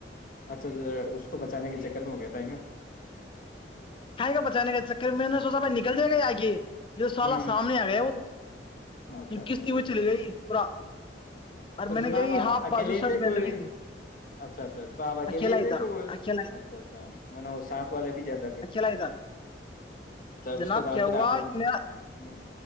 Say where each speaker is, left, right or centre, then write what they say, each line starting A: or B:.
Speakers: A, on the left; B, on the left.
A: اچھا اچھا کو بچانے کے چکر میں ہو گیا تھا ہے نا
B: کھیں گا بچانے کا چکر میں نے سوچا بھائی نکل جائے گا یہ آگے یہ سالہ
A: ہ
B: سامنے آ گیا وہ
A: اچھا اچھا
B: کستی
A: اچھا
B: میں چلی گئی پورا اور
A: تو
B: میں نے
A: جناب
B: کیا کہ
A: آپ
B: ہاف
A: اکیلے
B: بازو
A: ہی
B: شرٹ
A: تھے
B: پہن
A: کوئی
B: رکھی تھی
A: اچھا اچھا تو آپ اکیلے
B: اکیلا
A: ہی تھے
B: تھا
A: کو
B: اکیلا
A: اچھا اچھا وہ ساتھ والے بھی جاتا تھا
B: اچھ لگ گ
A: اس
B: جناب
A: کے بعد
B: کیا
A: پھر
B: ہوا
A: آپ نے
B: م
A: ہوں،